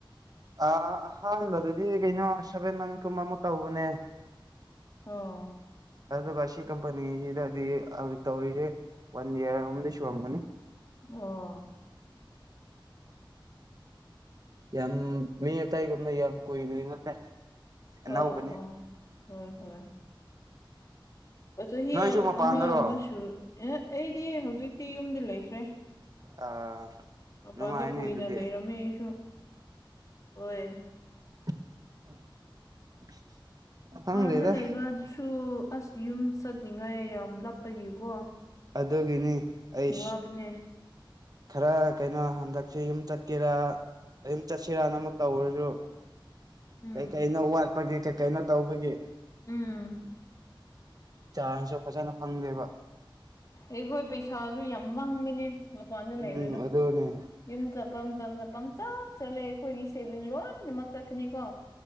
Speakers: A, on the right (about 45°); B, on the left (about 40°).
A: ꯑ ꯑꯍꯥꯟꯕꯗꯗꯤ ꯀꯩꯅꯣ ꯁꯚꯦꯟ ꯃꯟ ꯀꯨꯝꯕ ꯑꯃꯨꯛ ꯇꯧꯕꯅꯦ
B: ꯑꯣ
A: ꯑ ꯀꯝꯄꯅꯤꯁꯤꯗꯤꯦ ꯋꯥꯟ ꯏꯔꯁꯨ ꯑꯃꯒꯅꯤ
B: ꯑꯣ
A: ꯌꯥꯝ ꯃꯤ ꯑꯇꯇꯩꯒꯨꯝꯅ ꯌꯥꯝ ꯀꯨꯏꯕꯗꯤ ꯅꯠꯇꯦ
B: ꯑꯣ
A: ꯅꯎꯕꯅꯤ
B: ꯑꯣ ꯍꯣꯏ ꯍꯣꯏ ꯆꯍꯤ
A: ꯅꯣꯏꯁꯨ ꯃꯄꯥꯟꯗꯔꯣ
B: ꯑꯃꯒꯕ ꯁ ꯑꯦ ꯑꯩꯗꯤ ꯍꯧꯖꯤꯛꯇꯤ ꯌꯨꯝꯗ ꯂꯩꯈ꯭ꯔꯦ
A: ꯑꯥ
B: ꯃ
A: ꯅꯨꯡꯉꯥꯏꯅꯤ
B: ꯄꯥꯟꯗ ꯀꯨꯏꯅ
A: ꯑꯗꯨꯗꯤ
B: ꯂꯩꯔꯝꯃꯦꯁꯨ ꯍꯣꯏ
A: <unintelligible> ꯈꯪꯗꯦꯗ
B: ꯄꯥꯟꯗ ꯂꯩꯕꯁꯨ ꯑꯁ ꯌꯨꯝ ꯆꯠꯅꯤꯡꯉꯥꯏ ꯌꯥꯝ ꯂꯥꯞꯄꯒꯤꯀꯣ
A: ꯑꯗꯨꯒꯤꯅꯤ ꯑꯩ
B: ꯋꯥꯕꯅꯦ
A: ꯈꯔ ꯀꯩꯅꯣ ꯍꯟꯗꯛ ꯁꯤ ꯌꯨꯝ ꯆꯠꯀꯦꯔ ꯌꯨꯝ ꯆꯠꯁꯤꯔꯅ ꯑꯃꯨꯛ ꯇꯧꯔꯁꯨ
B: ꯎꯝ
A: ꯀꯩ ꯀꯩꯅꯣ ꯋꯥꯠꯄꯒꯤꯦ ꯀꯩꯀꯩꯅꯣ ꯇꯧꯕꯒꯤꯦ
B: ꯎꯝ
A: ꯆꯥꯟꯁꯁꯨ ꯐꯖꯅ ꯐꯪꯗꯦꯕ
B: ꯑꯩꯈꯣꯏ ꯄꯩꯁꯥꯁꯨ ꯌꯥꯝ ꯃꯪꯕꯅꯦ ꯃꯄꯥꯟꯗ
A: ꯎꯝ
B: ꯂꯩꯕꯅꯨ
A: ꯑꯗꯨꯅꯦ
B: ꯌꯨꯝ ꯆ ꯄꯝ ꯆꯝ ꯆ ꯄꯪꯆ ꯆꯠꯂꯦ ꯑꯩꯈꯣꯏꯒꯤ ꯁꯦꯚꯤꯡ ꯂꯣꯏꯅ ꯑꯃ ꯆꯠꯀꯅꯤꯀꯣ